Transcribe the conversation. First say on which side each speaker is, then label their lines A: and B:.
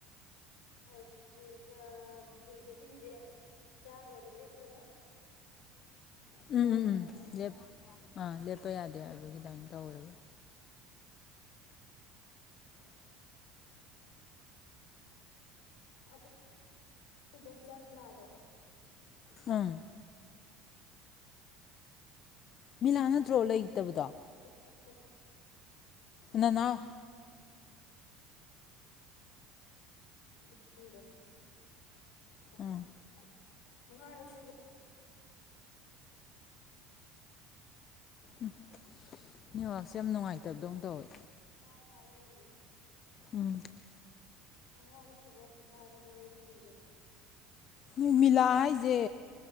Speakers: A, on the left; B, on the left.
A: ꯍꯒꯤ ꯑ ꯄꯕꯤꯒꯂꯤꯁꯦ ꯆꯒꯗ ꯂꯩꯄꯗ
B: ꯎꯝ
A: ꯌꯥꯗꯦ
B: ꯎꯝ ꯎꯝ
A: ꯍꯥꯏꯕ
B: ꯂꯦꯞ ꯑꯥ ꯂꯦꯞꯄ ꯌꯥꯗꯦ ꯍꯥꯏꯕꯒꯤꯗꯥꯏ ꯇꯧꯋꯦꯕ
A: ꯑ ꯑꯈꯣꯏꯗꯣꯝꯆꯥ ꯃꯤꯂꯥꯗꯣ꯫
B: ꯑꯝ ꯃꯤꯂꯥꯅ ꯅꯠꯇ꯭ꯔꯣ ꯂꯩꯩ ꯂꯩꯇꯕꯗꯣ
A: <inaudible>
B: ꯅꯅꯥꯎ
A: ꯕꯤꯄꯤꯗꯣ <unintelligible>
B: ꯎꯝ
A: ꯃꯉꯥꯔꯛꯁꯨꯕ
B: ꯎꯝ ꯅꯦꯠꯋꯥꯀꯁꯦ ꯌꯥꯝ ꯅꯨꯡꯉꯥꯏꯇꯕꯗꯧꯅ ꯇꯧꯋꯦ
A: ꯇꯥꯔꯦ ꯇꯥꯔꯦ ꯑꯩ ꯍꯧꯖꯤꯛ
B: ꯎꯝ
A: ꯃꯉꯥꯔꯛ ꯁꯨꯕ ꯄꯣꯛꯈꯥꯏꯕꯅꯦꯌꯦ ꯕꯤ ꯄꯤꯖꯦ
B: ꯅꯨꯃꯤꯂꯥ ꯍꯥꯏꯁꯦ